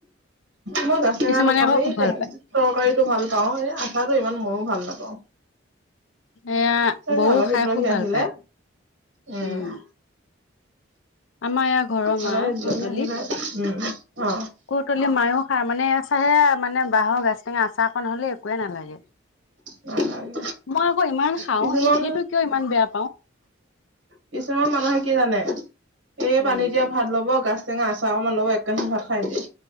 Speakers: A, on the right; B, on the left.
A: মই গাজ টেঙা
B: কিছুমানে
A: নাপাম,
B: আকৌ
A: এই
B: খুব
A: তৰকাৰীটো
B: ভাল পায়।
A: ভাল পাওঁ, এই আচাৰটো ইমান মইও ভাল নাপাওঁ।
B: এয়া
A: তথাপি
B: বৌ
A: আলহী-তুলসী
B: খাই খুব
A: আহিলে
B: ভাল পায়
A: উমঁ'।
B: উম, আমাৰ ইয়াৰ ঘৰৰ মা
A: আলহী দুলহী
B: কৌতলিত,
A: আহিলে উম অ
B: কৌত তলি মাইয়ো খাই মানে চাহেয়া মানে বাঁহৰ গাছ টেঙা আচাৰ অকণ হ'লে একোৱে নালাগে।
A: নালাগে
B: মই আকৌ ইমান খাওঁ
A: কিছুমান
B: এ সেইটো কিয় ইমান বেয়া পাওঁ।
A: কিছুমান মানুহে কি জানে এই
B: উম,
A: পানী দিয়া ভাত ল'ব গাছ গাছ টেঙা আচাৰ অকণমান ল'ব এক কাঁহী ভাত খাই দিয়ে।